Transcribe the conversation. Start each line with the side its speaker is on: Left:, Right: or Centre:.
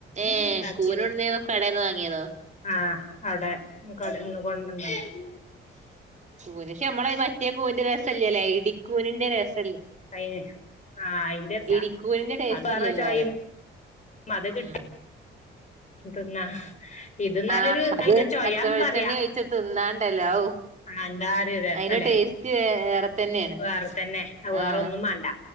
Right: ഏ
Left: ഉണ്ടാക്കിയത്
Right: കൂനോട്ന്നേ കടേന്ന് വാങ്ങിയതോ
Left: ആഹ അവിടെ കൊടുന്ന് കൊണ്ട് ണ്ടാ ക്കി..
Right: കൂൺ ഒക്കെ നമ്മളെ മറ്റേ കൂനി ന്റെ രസല്യ ലെ. ഇടി ക്കൂ നിന്റെ രസം
Left: അയേ ആ... അയ്ന്റല്ല
Right: ഇടിക്കൂനിന്റെ ടേസ്റ്റ്
Left: അത് വേറെരു
Right: ഇല്ലല്ലോ
Left: ചോയിമ്
Right: പറയാ
Left: മത കിട്ടി
Right: ഉം
Left: തിന്നാ ഇത് ന്നാലൊരു
Right: ആഹ അത്
Left: അയിന്റെ ചൊയാന്ന്
Right: പച്ചവളിച്ചെണ്ണി
Left: പറയാ
Right: ഒഴിച്ച തിന്നാണ്ടല്ലോ
Left: ആ... എന്താഒരു രസല്ലേ.
Right: അയിന്റെ ടേസ്റ്റ് വേറെ തന്നേണ്
Left: വേറെ തന്നെ ആ വേറെ
Right: ആഹ്
Left: ഒന്നും വേണ്ട